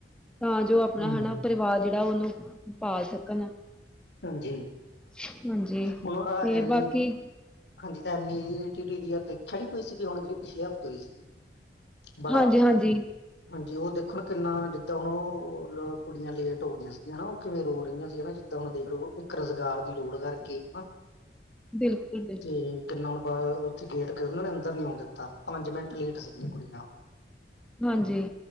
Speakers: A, in the centre; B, on the left.
A: ਤਾਂ ਜੋ ਆਪਣਾ
B: ਹਾਂਜੀ।
A: ਹਨਾ ਪਰਿਵਾਰ ਜਿਹੜਾ ਉਹਨੂੰ ਪਾਲ ਸਕਣ
B: ਹਾਂਜੀ
A: ਹਾਂਜੀ
B: ਹੁਣ ਆਹ
A: ਤੇ
B: ਐਨ
A: ਬਾਕੀ
B: ਈ ਟੀ ਹਾਂਜੀ ਤਾਂ ਦੀ ਪ੍ਰੀਖਿਆ ਹੋਈ ਸੀਗੀ ਹੁਣ ਜਿਹੜੀ ਪਿਛਲੇ ਹਫ਼ਤੇ ਹੋਈ ਸੀਗੀ ਬੜਾ
A: ਹਾਂਜੀ-ਹਾਂਜੀ
B: ਹਾਂਜੀ ਉਹ ਦੇਖੋ ਨਾ ਕਿੰਨਾ ਜਿੱਦਾਂ ਹੁਣ ਉਹ ਕੁੜੀਆਂ ਲੇਟ ਹੋ ਗਈਆਂ ਸੀਗੀਆਂ ਉਹ ਕਿਵੇਂ ਰੋ ਰਹੀਆਂ ਸੀ ਨਾ ਹੁਣ ਦੇਖ ਲਓ ਇੱਕ ਰੁਜ਼ਗਾਰ ਦੀ ਲੋੜ ਕਰਕੇ ਹਨਾ
A: ਬਿਲਕੁਲ ਬਿਲਕੁਲ
B: ਤੇ ਕਿੰਨਾ ਹੁ ਬਾ ਉੱਥੇ ਗੇਟ ਕੇ ਉਹਨਾਂ ਨੇ ਅੰਦਰ ਨੀ ਆਉਣ ਦਿੱਤਾ ਪੰਜ ਮਿੰਟ ਲੇਟ ਸੀਗੀਆਂ ਕੁੜੀਆਂ
A: ਹਾਂਜੀ